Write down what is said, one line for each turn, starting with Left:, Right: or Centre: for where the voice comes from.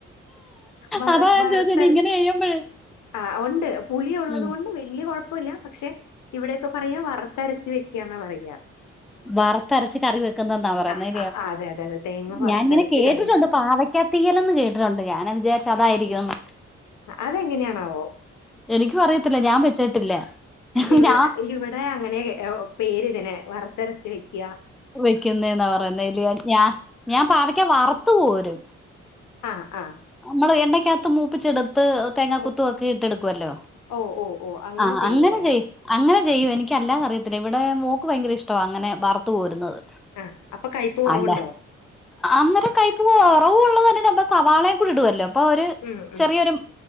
Left: വറ്
Centre: അതാ ഞാൻ
Left: വറ്ത്തര
Centre: ചോദിച്ചത് <unintelligible>
Left: ആഹ് ഉണ്ട് പുളി ഉള്ളത്
Centre: ഉം
Left: കൊണ്ട് വല്ല്യ കുഴപ്പില്ല പക്ഷെ ഇവിടെയൊക്കെ പറയാ വ ത്തരച്ച് വെക്ക്യാന്നാ പറയാ
Centre: വറുത്തരച്ച് കറി വെക്കുന്നന്നാ പറയുന്നേല്യോ
Left: ആ ആ ആ, അതെ അതെ അതെ തേങ്ങ വറുത്തരച്ച്
Centre: ഞാനിങ്ങനെ കേട്ടിട്ടുണ്ട്
Left: കറി വെക്ക
Centre: പാവയ്ക്കത്തീയലെന്ന് കേട്ടിട്ടുണ്ട് ഞാൻ വിചാരിച്ചു അതായിരിക്കുംന്ന്
Left: അതെങ്ങനെയാണാവോ
Centre: എനിക്കും അറിയത്തില്ല ഞാൻ വെച്ചിട്ടില്ല
Left: ഇവിടെ
Centre: ഞാ
Left: ഇവിടെ അങ്ങനെ പേര്തിനെ വറ്ത്തരച്ച് വെക്ക്യാ
Centre: വെക്കുന്നേന്നാ പറയുന്നേ ഞാൻ ഞാൻ പാവക്കാ വറുത്തു കോരും
Left: ആഹ് ആഹ്
Centre: നമ്മള് എണ്ണക്കകത്ത് മൂപ്പിച്ചെടുത്ത് തേങ്ങ
Left: ഉം
Centre: കുത്ത് ഒക്കെ ഇട്ടെടുക്കുവല്ലോ
Left: ഓ ഓ ഓ
Centre: ആഹ്
Left: ചെയ്യൂലേ
Centre: അങ്ങനെ ചെയ അങ്ങനെ ചെയ്യും എനിക്കല്ലാ അറിയത്തില്ല ഇവിടെ മോക്ക് ഭയങ്കര ഇഷ്ടമാണ് അങ്ങനെ വറുത്തു കോരുന്നത്
Left: ആഹ് അപ്പൊ കയ്പ്പ് കുറവുണ്ടാവും
Centre: അല്ല അന്നേരം കൈപ്പ് കുറവുള്ളത് തന്നെ സവാളയും കൂടി ഇടുല്ലോ അപ്പൊ ഒരു
Left: ഉം ഉം
Centre: ചെറിയൊരു